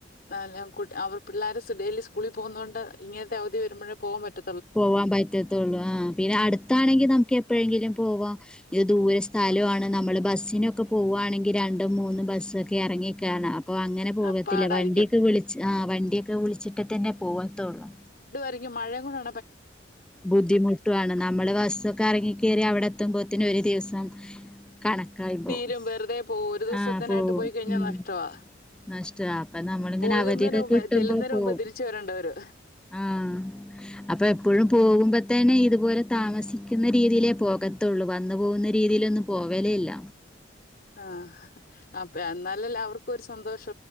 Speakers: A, on the left (about 55°); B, in the centre.
A: നല്ല അവർ പിള്ളേർ ഡെയിലി സ്കൂളിൽ പോകുന്ന കൊണ്ട് ഇങ്ങനത്തെ അവധി വരുമ്പോഴേ പോകാൻ പറ്റ
B: പോവാൻ പറ്റത്തുള്ളൂ ആഹ് പിന്നെ അടുത്താണെങ്കിൽ നമുക്ക് എപ്പോഴെങ്കിലും പോവാം ഇത് ദൂര സ്ഥലണ് നമ്മള് ബസ്സിനൊക്കെ പോവാണെങ്കിൽ രണ്ടും മൂന്നു ബസ് ഒക്കെ ഇറങ്ങി കേറണം അപ്പൊ അങ്ങനെ പോവത്തില്ല
A: ആ, പാടായിരിക്കും
B: വണ്ടിയൊക്കെ വിളിച്ച് ആഹ് വണ്ടിയൊക്കെ വിളിച്ചിട്ടേ തന്നെ പോവത്തുള്ളു
A: ടങ്ങി മഴയങ്ങനെ
B: ബുദ്ധിമുട്ടുമാണ് നമ്മള് ബസ് ഒക്കെ ഇറങ്ങി കയറി അവിടെ എത്തുമ്പോത്തന് ഒരു ദിവസം കണക്കായി പോവും
A: തീരും വെറുതെ പോകും ഒരു ദിവസത്തിനായിട്ട്
B: ആഹ് പോവും
A: പോയി കഴിഞ്ഞാൽ
B: ഉം
A: നഷ്ടമാ
B: നഷ്ടാ അപ്പൊ നമ്മളിങ്ങനെ
A: പോകുന്നതിന്
B: അവധിയെക്കൊ
A: മുമ്പ്
B: കിട്ടുമ്പോ
A: ചെല്ലുന്നതിന്
B: പോവും
A: മുമ്പ് തിരിച്ചു വരേണ്ടവര്
B: ആഹ് അപ്പൊ എപ്പോഴും പോ പോകുമ്പോത്തന്നെ ഇതുപോലെ താമസിക്കുന്ന രീതിയിലേ പോകത്തുള്ളൂ വന്നു പോകുന്ന രീതിയിലൊന്നും പോകലേ ഇല്ല
A: ആഹ് അപ്പ എന്നാലല്ലേ അവർക്കും ഒരു സന്തോഷം